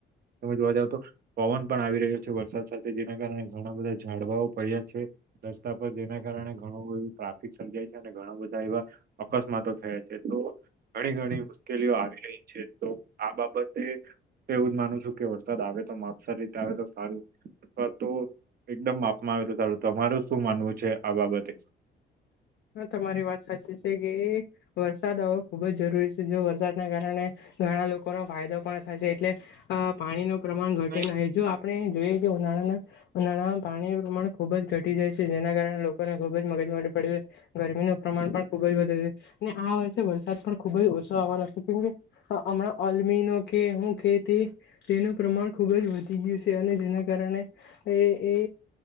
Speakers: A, on the right (about 50°); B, on the left (about 60°).
A: તમે જોવા જાવ તો પવન પણ આવી રહ્યો છે વરસાદ સાથે જેના કારણે ઘણા બધા ઝાડવાઓ પડ્યા છે. રસ્તા પર જેના કારણે ઘણું બધું ટ્રાફિક સર્જાય છે અને ઘણા બધા એવા અકસ્માતો થયા છે. તો ઘણી ઘણી મુશ્કેલીઓ આવી રહી છે તો આ બાબતે તો એવું જ માનું છું કે વરસાદ આવે તો માપસર રીતે આવે તો સારું અથવા તો એકદમ માપમાં આવે તો સારું તમાર શું માનવું છે આ બાબતે.
B: હા તમારી વાત સાચી છે કે વરસાદ આવવો ખૂબ જ જરૂરી છે જો વરસાદના કારણે ઘણા લોકોનો ફાયદો પણ થશે એટલે અ પાણીનું પ્રમાણ
A: એકદમ
B: ઘટે નહી જો આપણે જોઈએ તે ઉનાળાના ઉનાળામાં પાણી પ્રમાણ ખુબ જ ઘટી જાય છે, જેના કારણે લોકોને ખુબ જ મગજ મારી પડે છે. ગરમીનું પ્રમાણ પણ ખુબ જ વધારે છે, અને આ વર્ષે વરસાદ પણ ખુબ જ ઓછો આવવાનો છે, કેમકે હ હમણાં અલમીનો કે હું કે તે તેનું પ્રમાણ ખુબ જ વધી ગયું છે, અને જેના કાર પણને એ એ